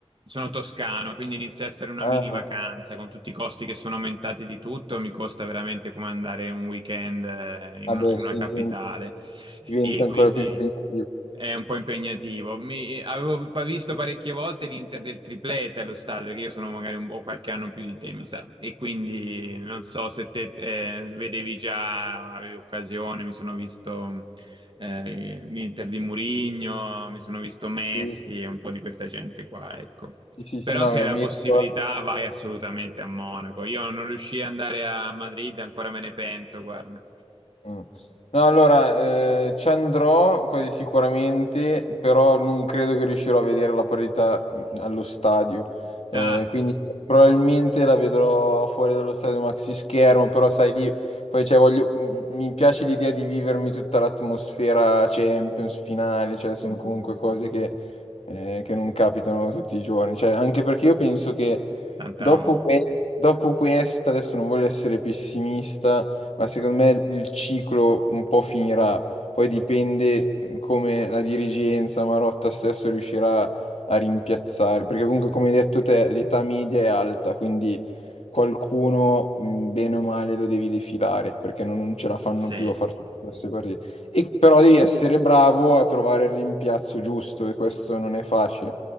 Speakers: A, on the right; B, on the left.
A: Sono toscano, quindi inizia a essere una
B: Ah.
A: mini vacanza con tutti i costi che sono aumentati di tutto, mi costa veramente come andare un weekend eh, in
B: Vabbè,
A: una in una
B: sì,
A: capitale
B: diventa diventa
A: e quindi
B: ancora più impegnativo.
A: è un po' impegnativo. Mi- avevo pa- visto parecchie volte l'Inter del triplete allo stadio, perché io sono magari un po' qualche anno più di te, mi sa. E quindi non so se te eh, vedevi già, avevi occasione, mi sono visto eh, l'Inter di Mourinho, mi sono visto Messi
B: Sì,
A: e un po' di questa gente qua, ecco.
B: sì, sì, sì,
A: Però
B: no,
A: se hai la
B: mi
A: possibilità
B: ricordo.
A: vai assolutamente a Monaco. Io non riuscii ad andare a Madrid, ancora me ne pento, guarda.
B: Mm. No, allora, eh, ci andrò quasi sicuramente, però non credo che riuscirò a vedere la partita mm, allo stadio. Eh,
A: Ah,
B: quindi probabilmente la vedrò fuori dallo stadio maxi schermo, però sai lì, poi cioè, voglio- mm, mi piace l'idea di vivermi tutta l'atmosfera Champions finale, cioè sono comunque cose che, eh, che non capitano tutti i giorni. Cioè, anche perché io penso che
A: tanta
B: dopo,
A: roba.
B: que- dopo questa, adesso non voglio essere pessimista ma secondo me il ciclo un po' finirà. Poi dipende eh, come la dirigenza, Marotta stesso riuscirà a rimpiazzare, perché comunque come hai detto te l'età media è alta, quindi qualcuno mh, bene o male lo devi defilare, perché non, non ce la fanno
A: Sì.
B: più a fare tutte queste partite. E, però devi essere bravo a trovare il rimpiazzo giusto e questo non è facile,